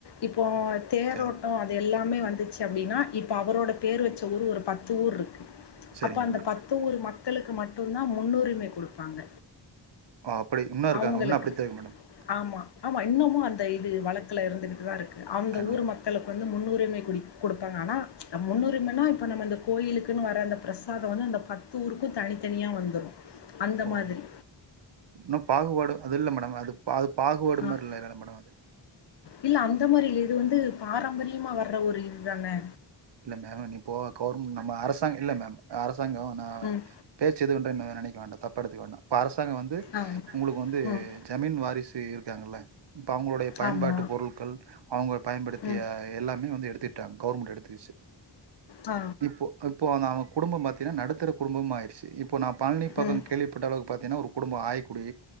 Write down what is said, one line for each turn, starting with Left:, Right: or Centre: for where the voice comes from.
Left: இப்போ தேரோட்டோ
Right: சரி
Left: அது எல்லாமே வந்துச்சு அப்படின்னா இப்ப அவரோட பேரு வச்ச ஊர் ஒரு பத்து ஊர் இருக்கு
Right: சரிங்க
Left: அப்ப அந்த
Right: மேடம்
Left: பத்து ஊருக மக்களுக்கு மட்டுந்தா முன்னூரிமை கொடுப்பாங்க
Right: ஓ அப்படி இன்னு இருக்காங்க
Left: அவுங்களுக்கு
Right: இன்னு அப்படித்தா இருக்கு மேடம்
Left: ஆமா ஆமா இன்னமு அந்த இது வழக்குல இருந்துகிட்டுதா இருக்கு அந்த
Right: கண்டிப்பா
Left: ஊரு மக்களுக்கு வந்து முன்னூரிமை கொ கொடுப்பாங்க ஆனா முன்னுரிமைன்னா இப்போ நம்ம அந்த கோயிலுக்குன்னு வர அந்த பிரசாதோ வந்து அந்த பத்து ஊருக்கு தனித்தனிய வந்துரு அந்த
Right: ஓ
Left: மாதிரி
Right: இன்னு பாகுபாடு அது இல்ல மேடம் அது அது பாகுபாடும்
Left: ஆ.
Right: மாரி இல்ல மேடம் அது
Left: இல்ல அந்த மாரி இது வந்து பாரம்பரியமா வர்ர ஒரு இதுதானே
Right: இல்ல மேம் இப்போ கவுர்மெண் நம்ம அரசாங் இல்ல மேம் அரசாங்கோ நா
Left: ம்.
Right: பேச்சு எதுவு <unintelligible> நெனைக்க வேண்டா தப்பா எடுத்துக்க வேண்டா இப்ப அரசாங்க வந்து
Left: ஆ.
Right: உங்களுக்கு வந்து
Left: ம்.
Right: ஜாமீன் வாரிசு இருக்காங்கள்ள இப்ப அவங்களுடைய பயன்பாட்டு
Left: ஆமா.
Right: பொருள்கள் அவங்க பயன்படுத்திய
Left: ம்.
Right: எல்லாமே வந்து எடுத்துட்டாங்க கவுர்மெண்ட் எடுத்துகிச்சு
Left: ஆ
Right: இப்போ இப்போ நா அவுங்க குடும்போ பார்த்தீன்னா நடுத்தர குடும்பம ஆயிருச்சு இப்போ நா பழ்னி பக்கோ
Left: ம்.
Right: கேள் விபட்ட அளவுக்கு பார்த்தீனா ஒரு குடும்போ ஆயிக்குடி